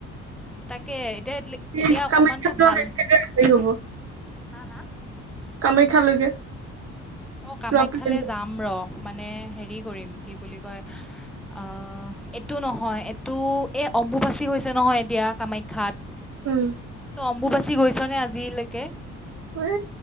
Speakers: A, in the centre; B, on the right.
A: তাকে দেতলি
B: এই
A: এতিয়া অকমানতটো
B: কামাখ্যা যোৱা
A: ভাল
B: হেৰি হ'ব
A: হা হা
B: কামাখ্যালৈকে
A: অ কামাখ্যালৈ
B: যোৱা প্লেনটো
A: যাম ৰ মানে হেৰি কৰিম কি বুলি কয় অ এইটো নহয় এইটো এই অম্বুবাচী হৈছে নহয় এতিয়া কামাখ্যাত
B: উম
A: ত অম্বুবাচী গৈছনে আজিলৈকে
B: এ